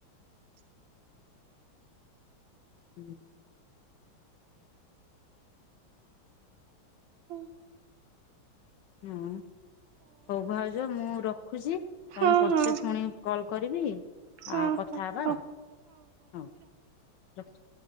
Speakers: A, on the left (about 70°); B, on the right (about 70°).
A: ହୁଁ।
B: ହୁଁ।
A: ହଁ। ହଉ ଭାଉଜ ମୁଁ ରଖୁଛି ତମକୁ
B: ହଉ ହଁ
A: ପଛେ ପୁଣି କଲ କରିବି।
B: ହଁ
A: ଆଉ କଥା
B: ହଁ
A: ହେବା
B: ହଁ
A: ଆଉ
B: ହଉ
A: ହଉ ରଖୁଚି।